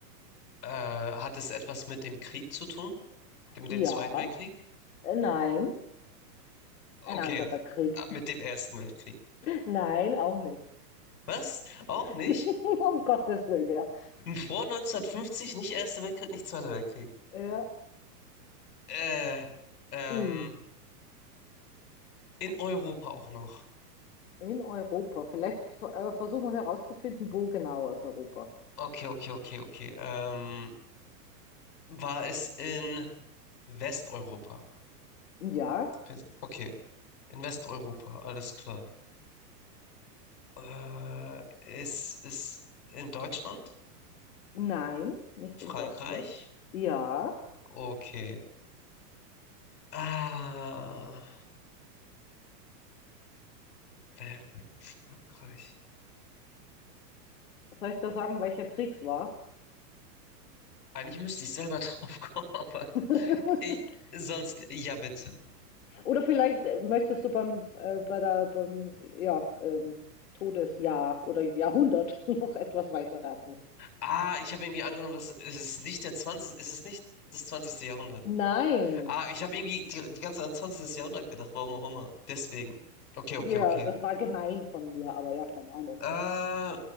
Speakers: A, on the left (about 80°); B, on the left (about 55°).
A: Äh, hat es etwas mit dem Krieg zu tun? Mit
B: Ja,
A: dem Zweiten Weltkrieg?
B: äh, nein, ein
A: Okay,
B: anderer
A: d-
B: Krieg.
A: ab mit dem Ersten Weltkrieg.
B: <laughs> Nein, auch nicht.
A: Was? Auch
B: <laughs>
A: nicht?
B: Um Gottes Willen, ja.
A: Vor 1950 nicht Erster Weltkrieg, nicht Zweiter Weltkrieg.
B: Ja,
A: Äh, ähm,
B: uh,
A: in Europa auch noch.
B: in Europa. Vielleicht äh, versuchen wir herauszufinden, wo genau aus Europa.
A: Okay, okay, okay, okay. Ähm, war es in Westeuropa?
B: Ja.
A: Wir sind- Okay, in Westeuropa, alles klar. Äh, ist es in Deutschland?
B: Nein, nicht
A: Frankreich?
B: in Deutschland. Ja,
A: Okay. Ah, wer- Frankreich.
B: soll ich da sagen, welcher Krieg es war?
A: Eigentlich müsste ich selber drauf kommen, <laughs> aber
B: <laughs>
A: ich, sonst, ja bitte.
B: Oder vielleicht äh, möchtest du beim, äh, bei der, beim, ja, ähm, Todesjahr oder Jahrhundert <laughs> noch etwas weiter raten.
A: Ah, ich habe irgendwie angenommen, dass es ist nicht der 20, es ist nicht das zwanzigste Jahrhundert.
B: Nein,
A: Ah, ich habe irgendwie die, die ganze Zeit an 20. Jahrhundert gedacht, warum auch immer. Deswegen. Okay, okay,
B: ja,
A: okay.
B: das war gemein von mir, aber ja, keine Ahnung.
A: Äh,